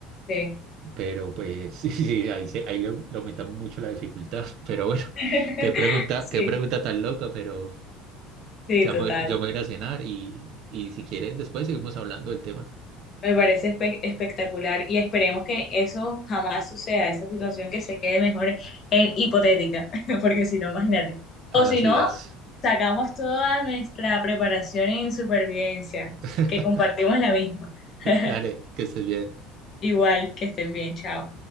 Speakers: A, on the left; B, on the right.
A: Sí.
B: Pero pues <laughs> sí, sí, ahí, se- ahí le, le aumentamos mucho la dificultad. <laughs> Pero bueno,
A: <laughs>
B: qué pregunta, qué pregunta
A: Sí,
B: tan loca, pero
A: sí,
B: ya
A: total.
B: me, ya me voy a ir a cenar y, y si quieres, después seguimos hablando del tema.
A: Me parece espe- espectacular y esperemos que eso jamás suceda, esa situación que se quede mejor en hipotética, <laughs> porque si no, imagínate. O
B: Ah,
A: si
B: así
A: no,
B: es.
A: Sacamos toda nuestra preparación en supervivencia,
B: <laughs>
A: que compartimos la misma. <laughs>
B: Dale, que estés bien.
A: Igual, que estén bien, chao.